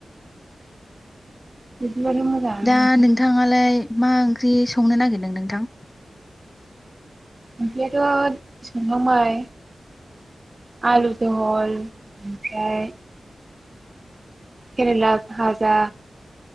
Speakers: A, on the right (about 35°); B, on the left (about 25°).
A: बिदिबाथ' मोजाङानो
B: दा
A: नोंथां
B: नोंथाङालाय मा ओंख्रि सं संनो नागिरदों नोंथां?
A: ओंख्रियाथ' संखांबाय आलु जहल ओमफ्राय केरेला फाजा,